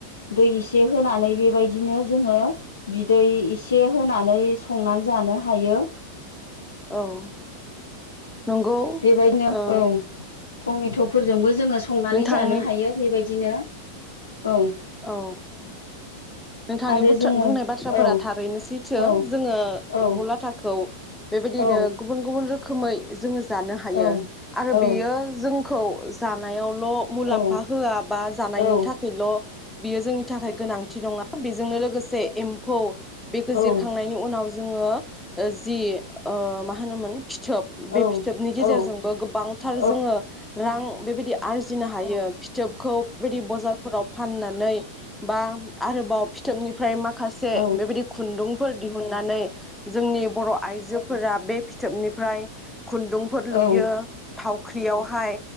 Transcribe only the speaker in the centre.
औ। नंगौ
ओ
नोंथांनि
औ। नोंथांनि
बुंनाय बाथ्राफोरा
थारैनो सैथो
जोङो
एम्फौ लाथाखौ बेबायदिनो
गुबुन गुबुन रोखोम रोखोमै जोङो जानो हायो
आरो
बेयो जों खौ जानाय ल' मुलामफा
होआबा जानायनि
थाखायल' बियो जोंनि थाखाय गोनांथि नङा बेजोंनो लोगोसे एम्फौ बेखौ जिरखांनायनि
उनाव जोङो जि मा होनोमोन? फिथोब बे
फिथोबनि गेजेरजोंबो
गोबांथार
जोङो रां बेबायदि आरजिनो हायो फिथोबखौ बेबायदि बजारफोराव फाननानै बा बाव फिथोबनिफ्राय मा माखासे
बेबायदि खुन्दुं दिहुननानै जोंनि बर' आइजोफोरा बे फिथोबनि प्राय खुन्दुंफोर
लुयो थावख्रियावहाय